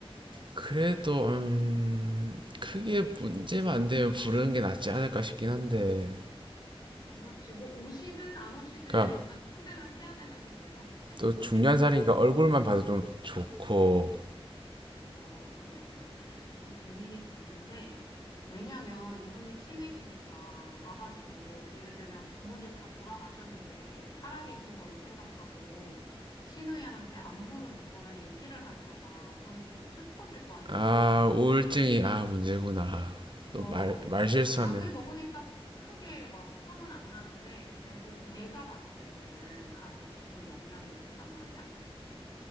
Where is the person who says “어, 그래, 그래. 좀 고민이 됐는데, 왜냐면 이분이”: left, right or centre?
Left